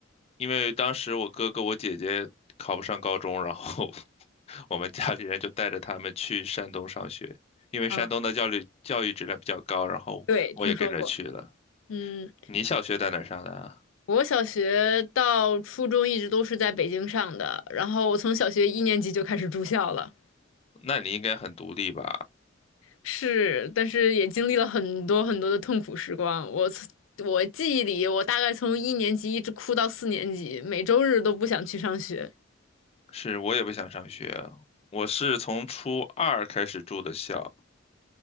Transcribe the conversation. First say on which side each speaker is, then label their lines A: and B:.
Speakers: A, on the left; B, on the left.
A: 因为当时我哥哥我姐姐考不上高中，然后 <laughs> 我们家里人就带着他们去山东上学，因为山东的教育教育质量比较高，
B: 啊，
A: 然后我也跟着去了。
B: 对，听说过。嗯，
A: 你小学在哪儿上的啊
B: 我小学到初中一直都是在北京上的，然后我从小学一年级就开始住校了。
A: 那你应该很独立吧？
B: 是，但是也经历了很多很多的痛苦时光。我从我记忆里，我大概从一年级一直哭到四年级，每周日都不想去上学。
A: 是我也不想上学，我是从初二开始住的校，